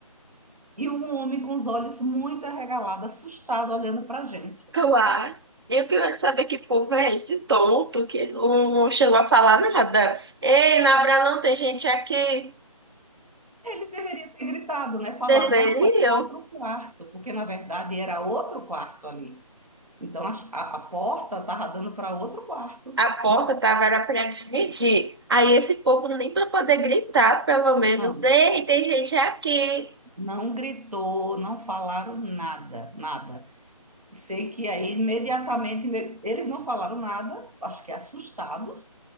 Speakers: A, on the right; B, on the right.
A: e um homem com os olhos muito arregalados, assustado, olhando para a gente.
B: claro. Eu queria saber que povo é esse tonto que não não chegou a falar nada. Ei, na Abra não tem gente aqui.
A: Eles deveriam ter gritado, né? Falado,
B: Deveriam.
A: não, aqui é outro quarto, porque na verdade era outro quarto ali. Então a, a a porta estava dando para outro quarto.
B: A porta
A: Um
B: tava era para dividir. Aí esse povo nem para poder gritar, pelo menos.
A: Não,
B: Ei, tem gente aqui.
A: não gritou, não falaram nada, nada. Sei que aí imediatamente meus- eles não falaram nada, acho que assustados.